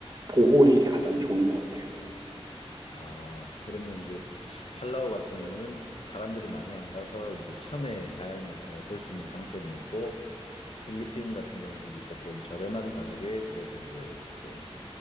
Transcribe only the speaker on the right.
보홀이 가장 좋은 것 같아요.